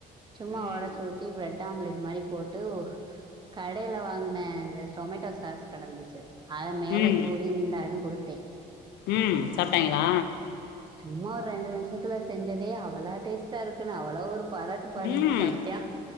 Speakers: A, on the right; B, on the left.
A: சும்மா
B: ம்
A: உடைச்சிஊத்தி ப்ரெட் ஆம்லெட் மாரி போட்டு கடையில வாங்குன இந்த சொமேட்டோ சாஸ் கடந்துச்சு அத மேல
B: ம்
A: தூவி இந்தான்னு குடுத்து
B: ம் சாப்ட்டாய்ங்லா
A: சும்மா ஒரு ரெண்டு நிம்ஷத்துல செஞ்சதே அவளோ டேஸ்ட்டா இருக்குன்னு அவளோ ஒரு பாராட்டு பாடிட்டு
B: ம்
A: சாப்ட்ய்யா